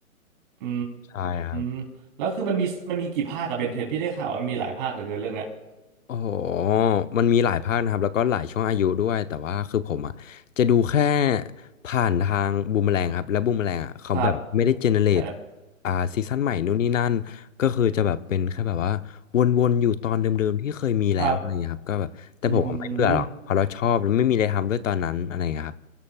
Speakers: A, on the right (about 35°); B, on the left (about 60°).
A: อื
B: ใช่ครับ
A: มแล้วคือมันมีมันมีกี่ภาคกับเบนเทนพี่ได้ข่าวว่ามีหลายภาคเหลือเกินเรื่องเนี้ย
B: โอ้โหมันมีหลายภาคนะครับแล้วก็หลายช่วงอายุด้วยแต่ว่าคือผมอ่ะจะดูแค่ผ่านทางบูมแมลงครับแล้วบูมแมลงอ่ะเขาแบบไม่ได้เจเนเรต
A: ครับ ใช่แล้ว
B: อ่าซีซั่นใหม่นู่นนี่นั่นก็คือจะแบบเป็นแค่แบบว่าวนๆอยู่ตอนเดิมๆที่เคยมีแล้วอะไรอย่างเงี้ยครับก็แบบแต่ผมอะไม่เบื่อหรอกเพราะเราชอบแล้วไม่มีอะไรทำด้วยตอนนั้นอะไรอย่างเงี้ยครับ
A: ครับ อืม